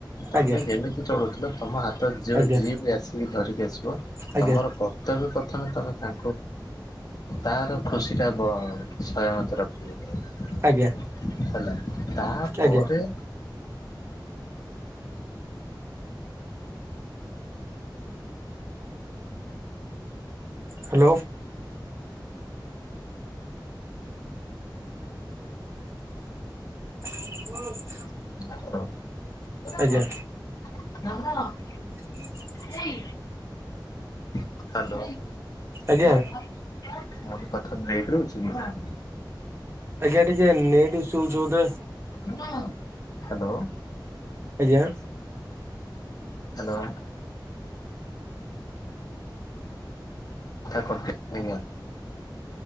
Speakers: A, on the left; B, on the right.
A: ତମେ
B: ଆଜ୍ଞା
A: ଯେମିତି ଚଳୁଥିଲ ତମ ହାତ ଯ
B: ଆଜ୍ଞା
A: ଯିଏ ବି ଆସିକି ଧରିକି ଆସିବ
B: ଆଜ୍ଞା
A: ତମର କର୍ତ୍ତବ୍ୟ ପ୍ରଥମେ ତମେ କା ତାର ଖୁଷିଟା କଣ ସୟାମତି ରଖିବ।
B: ଆଜ୍ଞା
A: ହେଲା ତାପରେ
B: ଆଜ୍ଞା। ହ୍ୟାଲୋ। ହୁଁ।
A: <unintelligible>
B: ଆଜ୍ଞା <unintelligible>
A: ହେଇ <unintelligible> ହ୍ୟାଲୋ
B: ଆଜ୍ଞା
A: ହଁ ଭାଇ। ମୋର କଥା ବ୍ରେକ୍ ରହୁଛି କି।
B: ଆଜ୍ଞା ଟିକେ ନେଟେ ଇସୁ ହଉଛି ବୋଧେ।
A: ହ୍ୟାଲୋ।
B: ଆଜ୍ଞା।
A: ହ୍ୟାଲୋ। ତାକଥେ ଆଜ୍ଞା।